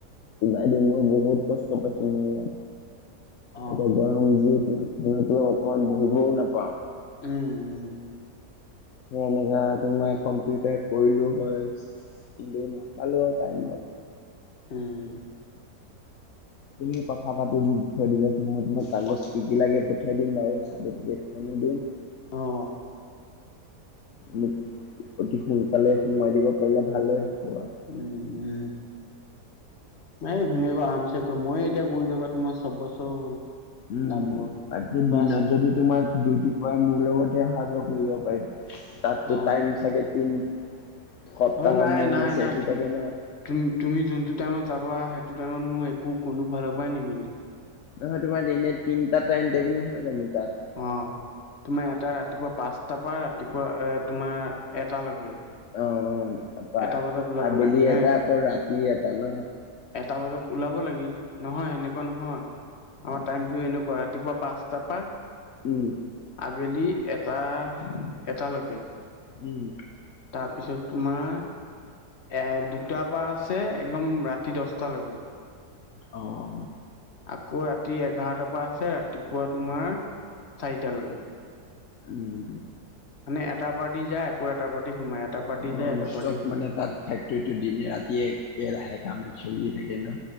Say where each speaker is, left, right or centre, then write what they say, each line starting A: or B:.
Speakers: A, on the left (about 60°); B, on the left (about 45°).
A: এই মই বহুত কষ্ট পাইছো মই ইয়াত।
B: অ
A: এতিয়া গৰম যি মই ফেনৰ তলত অলপ অকমান বহিবও নাপাওঁ।
B: উম, উম।
A: সেই এনেকা তোমাৰ কম্পিউটাৰ কৰিলো হয়, কিন্তু নাপালো হয় টাইমত।
B: উম।
A: তুমি কথা পাতি দি থৈ দিবাচোন, মই মই কাগজ কি কি লাগে পঠিয়াই দিম বাৰু চাৰ্টিফিকেটখনো দিম।
B: অ
A: মোক অতি সোনকালে সোমুৱাই দিব পাৰিলে ভালে হ'ব আৰু।
B: উম, উম। নাই ধুনীয়াকৈ আৰামছে কৰ, মইয়ে এতিয়া কৰি থকা তোমাৰ চবছৰ হ'ল।
A: উম,
B: দাবত
A: বাকী
B: ক্লাছ
A: দিনত যদি তোমাৰ ডিউটি পৰে মোৰ লগতে অহা যোৱা কৰিব পাৰিম। তাততো
B: অ
A: টাইম চাগে তিন সপ্তাহৰ
B: অ', নাই
A: মূৰে
B: নাই
A: মূৰে চেঞ্জ
B: নাই
A: হৈ
B: তুম
A: থাকে ন।
B: তুম-তুমি যোনটো টাইমত যাবা, সেইটো টাইমত মোৰ একো কোনো ফালৰ পৰাই নিমিলে।
A: নহয় তোমাৰ দিনে তিনটা টাইম টেবুল নহয় জানোঁ তাত?
B: অ', তোমাৰ এটা ৰাতিপুৱা পাঁচটাৰ পৰা ৰাতিপুৱা এ, তোমাৰ এটালৈকে
A: অ', অ', তাপা
B: এটা বজাত ওলাব
A: আবেলি
B: লাগে হে
A: এটা আকৌ ৰাতি এটা ন?
B: এটা বজাত ওলাব লাগিল, নহয় সেনেকুৱা নহয় আমাৰ
A: অ'
B: টাইমটো এনেকুৱা ৰাতিপুৱা পাচঁ তাপা
A: উম।
B: আবেলি এটা, এটালৈকে।
A: উম।
B: তাৰপিছত তোমাৰ এ, দুটাৰ পৰা আছে একদম ৰাতি দশ টা লৈকে।
A: অ'।
B: আকৌ ৰাতি এঘাৰটাৰ পৰা আছে ৰাতিপুৱা তোমাৰ চাৰিটালৈকে।
A: উম।
B: মানে এটা পাৰ্টি যায়, আকৌ এটা পাৰ্টি সোমাই। এটা পাৰ্টি
A: নন
B: যায় এটা
A: ষ্টপ
B: পাৰ্টি সোমাই
A: মানে তাত ফেক্টৰীটো দিনে ৰাতিয়ে একেৰাহে কামে চলিয়ে থাকে না।